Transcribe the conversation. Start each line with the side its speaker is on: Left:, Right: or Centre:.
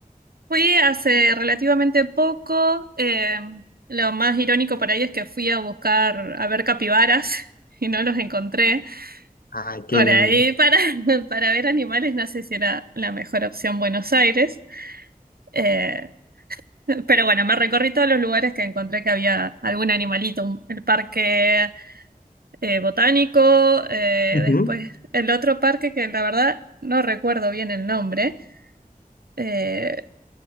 Right: Fui hace relativamente poco. eh, lo más irónico por ahí es que fui a buscar a ver capibaras <laughs> y no los encontré.
Left: Ay, qué
Right: Por
Left: lindo.
Right: ahí para, <laughs> para ver animales no sé si era la mejor opción Buenos Aires, Eh, pero bueno, me recorrí todos los lugares que encontré que había algún animalito, un- el parque eh, botánico, eh,
Left: Ujú.
Right: después el otro parque que la verdad no recuerdo bien el nombre, eh,